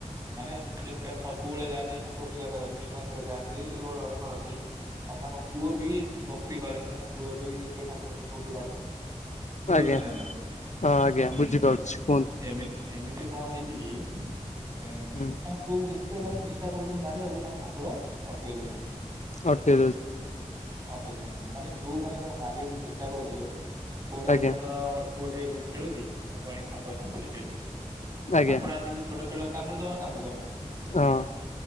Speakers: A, on the right (about 25°); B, on the left (about 65°).
A: ମାନେ ଯେତେ ସବୁବେଳେ ଯାଆନ୍ତି ଠାକୁର ପୂଜା କରନ୍ତି ମନ୍ଦିର ଯାଆନ୍ତି ଓଳାଓଳି କରନ୍ତି। ଆଉ ତାଙ୍କ ପୁଅ ବି ଭକ୍ତି କରେ ତାଙ୍କ ପୁଅ ବି ସେଇ ଠାକୁରଙ୍କୁ ବହୁତ ଡାକେ। ବୁଝିପାରୁଛ
B: ଆଜ୍ଞା
A: ନା ନା ନାଇଁ
B: ହଁ ଆଜ୍ଞା
A: ହୁଁ
B: ବୁଝିପାରୁଛି କୁହନ୍ତୁ
A: ଏମିତି ଏମିତି କଣ ହେଇଛି କି ଏ
B: ହୁଁ
A: ତା ପୁଅକୁ ଯେତେ ମାନେ ଚେଷ୍ଟ ଚେଷ୍ଟା କରୁଛନ୍ତି ମାରି ଆକୁ ତାଙ୍କୁ ଠାକୁର ଅଟକେଇ ଦଉଛନ୍ତି।
B: ଅଟକେଇ ଦଉଛନ୍ତି।
A: ଅଟକି ଦଉଛନ୍ତି ମାନେ ଯୋଉମାନେ ତାଙ୍କୁ ମାରିବାକୁ ଚେଷ୍ଟା କରୁଥିଲେ ପୁଅଟାକୁ
B: ଆଜ୍ଞା
A: ଧର ଗୋଟେ ପୁଅଟେଇ ଖେଳୁଛି ତାକୁ ଆଣି ସାପ ଛାଡିଦେବେ ସେଇଠି।
B: ଆଜ୍ଞା
A: ସାପଟା ଆସିକି ଛୋଟ ଛୁଆଟାକୁ କାମୁଡ଼ିଦବ ନା କାମୁଡିଦବନି?
B: ହଁ।